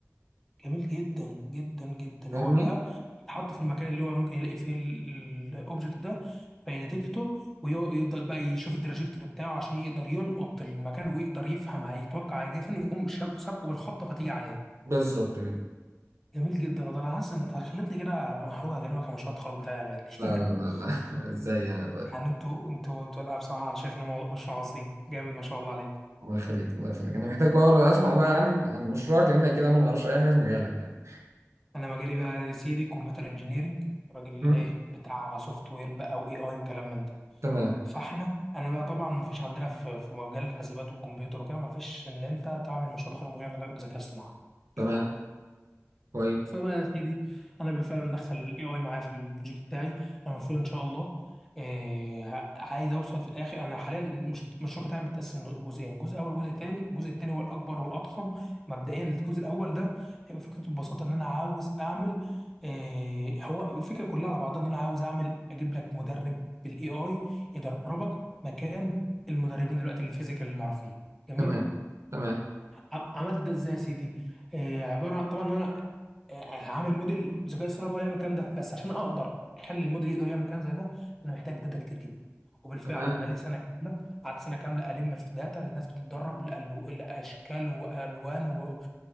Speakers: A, in the centre; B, on the right.
A: جميل جدا جدا جدا
B: فاهمني
A: هو بقى يتحط في المكان اللي هو ممكن يلاقي فيه الاوبجكت ده فيديتكته ويفضل بقى يشوف التراجكتوري بتاعه عشان يقدر يلقط المكان ويقدر يفهم هيتوقع هيجي فين ويقوم شاب- سابقه بالخبطه فتيجي عليه
B: بالظبط كده
A: جميل جدا والله انا حاسس ان انت خلتني كده ابقى محروق اكلمك عن مشروع التخرج بتاعي يا غالي
B: لا لا لا
A: <laughs>
B: لا <laughs> ازاي يعني طيب
A: يعني انتوا انتوا انتوا لا بصراحه انا شايف ان هو مشروع عظيم جامد ما شاء الله عليك
B: الله يخليك الله يخليك انا محتاج بقى أقرأ- اسمع بقى عن عن مشروعك لان كده انا ما اعرفش اي حاجه في مجالك يعني
A: انا مجالي بقى يا سيدي كمبيوتر انجينيرنج راجل
B: م?
A: ايه بتاع سوفت وير بقى واي اي وكلام من ده
B: تمام
A: فاحنا انا بقى طبعا ما فيش عندنا في في مجال الحاسبات والكمبيوتر وكده ما فيش ان انت تعمل مشروع تخرج من غير ذكاء اصطناعي
B: تمام
A: اي اي
B: كويس
A: فبقى يا سيدي انا بالفعل مدخل الاي اي معايا في البروجكت بتاعي انا المفروض ان شاء الله آه ه- عايز اوصل في الاخر انا حاليا المش- المشروع بتاعي متقسم لجزئين جزء اول جزء تاني الجزء التاني هو الاكبر والاضخم مبدئيا الجزء الاول ده هيبقى فكرته ببساطه ان انا عاوز اعمل آه هو الفكره كلها على بعضها ان انا عاوز اعمل اجيب لك مدرب بالاي اي يدربك مكان المدربين دلوقتي الفيزيكال المعروفين جميل
B: تمام تمام
A: ع- عملت ده ازاي يا سيدي آه، عباره عن طبعا ان انا آه، هعمل موديل ذكاء اصطناعي ولا يعمل الكلام ده بس عشان اقدر اخلي الموديل يقدر يعمل كلام زي ده انا محتاج داتا كتير جدا وبالفعل
B: تمام
A: انا بقالي سنه كامله قعدت سنه كامله الم في داتا اللي الناس بتتدرب لألو- لاشكال والوان و...